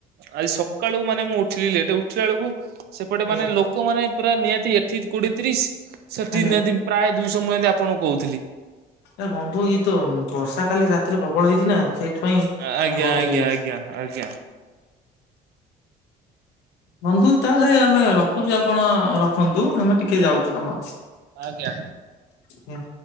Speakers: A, on the right (about 70°); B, on the left (about 85°).
A: ଆଜି ସକାଳୁ ମାନେ ମୁଁ ଉଠିଲା ବେଳକୁ ସେପଟେ
B: ଆଜ୍ଞା
A: ମାନେ ଲୋକମାନେ ପୁରା ନିହାତି ଏଠି କୋଡିଏ ତିରିଶ ସେଠି
B: ଆଜ୍ଞା।
A: ନିହାତି ପ୍ରାୟ ଦୁଇଶହ ମୁହନ୍ତି ଆପଣଙ୍କୁ କହୁଥିଲି।
B: ଏ ବନ୍ଧୁ ଇଏ ତ ବର୍ଷା ଖାଲି ରାତିରେ ପ୍ରବଳ ହେଇଛି ନା ସେଇଥିପାଇଁ।
A: ଆଜ୍ଞା
B: ପାଣି ବହୁତ
A: ଆଜ୍ଞା
B: ହେଇଯାଇଛି।
A: ଆଜ୍ଞା ଆଜ୍ଞା।
B: ବନ୍ଧୁ ତାହେଲେ ଆମେ ରଖୁଛୁ ଆପଣ ରଖନ୍ତୁ ଆମେ ଟିକେ ଯାଉଛୁ କାମ ଅଛି।
A: ଆଜ୍ଞା ଆଜ୍ଞା।
B: ହୁଁ।